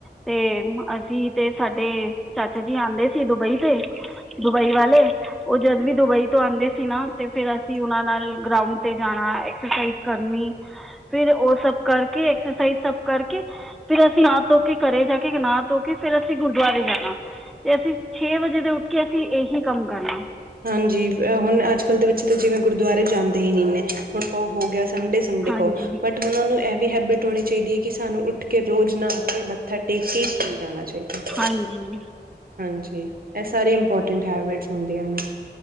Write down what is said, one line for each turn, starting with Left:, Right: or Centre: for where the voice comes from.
Centre: ਤੇ ਅਸੀਂ ਤੇ ਸਾਡੇ ਚਾਚਾ ਜੀ ਆਂਦੇ ਸੀ ਦੁਬਈ ਦੇ। ਦੁਬਈ ਵਾਲੇ। ਉਹ ਜਦ ਵੀ ਦੁਬਈ ਤੋਂ ਆਂਦੇ ਸੀ ਨਾ ਤੇ ਫਿਰ ਅਸੀਂ ਉਹ ਨਾਲ ਗਰਾਉਂਡ ਤੇ ਜਾਣਾ ਐਕਸਰਸਾਈਜ਼। ਕਰਨੀ ਫੇਰ ਉਹ ਸਭ ਕਰਕੇ ਐਕਸਰ ਸਹੀ ਸਭ ਕਰਕੇ ਫੇਰ ਅਸੀਂ ਨਾ ਤੋ ਕੇ ਘਰੇ ਜਾ ਕੇ ਨਾ ਧੋ ਕੇ ਫੇਰ ਅਸੀਂ ਗੁਰਦੁਆਰੇ ਜਾਣਾ। ਤੇ ਅਸੀਂ ਛੇ ਵਜੇ ਦੇ ਉੱਠ ਕੇ ਅਸੀਂ ਏਹੀ ਕੰਮ ਕਰਨਾ।
Right: ਹਾਂਜੀ ਹੁਣ ਅੱਜ-ਕੱਲ੍ਹ ਦੇ ਵਿੱਚੇ ਤੇ ਜਿਵੇਂ ਗੁਰਦੁਆਰੇ ਜਾਂਦੇ ਹੀ ਨੀ ਨੇ। ਹੁਣ ਕਹੋ ਹੋ ਗਿਆ ਸੰਡੇ-ਸੰਡੇ
Centre: ਹਾਂਜੀ
Right: ਕਹੋ ਬਟ। ਓਨਾਂ ਨੂੰ ਏਹ ਵੀ ਹੈਬਿਟ ਹੋਣੀ ਚਾਹੀਦੀ ਐ ਕਿ ਸਾਨੂੰ ਉੱਠ ਕੇ ਰੋਜ਼ ਨਹਾ ਕੇ ਮੱਥਾ ਟੇਕ ਕੇ ਹੀ ਸਕੂਲ ਜਾਣਾ ਚਾਹੀਦਾ।
Centre: ਹਾਂਜੀ।
Right: ਹਾਂਜੀ, ਏਹ ਸਾਰੀ ਇੰਪੋਰਟੈਂਟ ਹੈਬਿਟਸ ਹੁੰਦੀਆਂ ਨੇ।